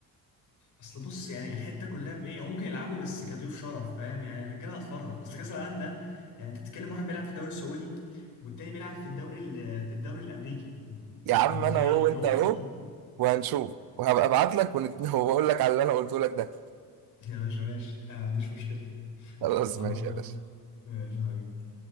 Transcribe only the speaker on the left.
اصل بص يعني الحتة كلها في ايه هو ممكن يلعبوا بس كضيوف شرف فاهم يعني الرجاله هتفرهد اصل كأس العالم ده يعني انت بتتكلم واحد بيلعب في الدوري السعودي والتاني بيلعب في الدوري ال... في الدوري الامريكي
انت متخيل
اللي
هو
اصلا
<laughs> يا باشا ماشي انا ما عنديش مشكلة
<laughs> على
الله
ماشي يا حبيبي